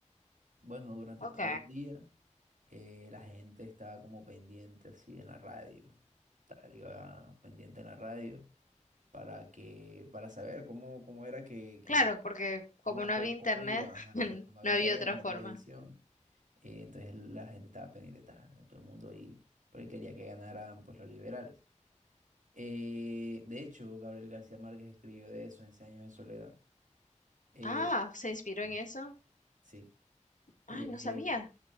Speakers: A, on the right; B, on the left.
A: Bueno, durante
B: Ok,
A: todo el día, eh, la gente estaba como pendiente así en la radio. Tal, iba pendiente en la radio para que, para saber cómo, cómo era que, que
B: claro, porque
A: cómo,
B: como no
A: cómo,
B: había internet,
A: cómo iba, ajá,
B: <laughs>
A: exacto, no había
B: no había
A: internet,
B: otra
A: no había
B: forma.
A: televisión, eh, entonces la gente estaba pendiente, ta, todo el mundo ahí, porque quería que ganaran pues los liberales. Eh, de hecho, Gabriel García Márquez escribió de eso en Cien años de soledad. Eh,
B: Ah, ¿se inspiró
A: sí,
B: en eso?
A: sí. Eh,
B: Ay, no sabía.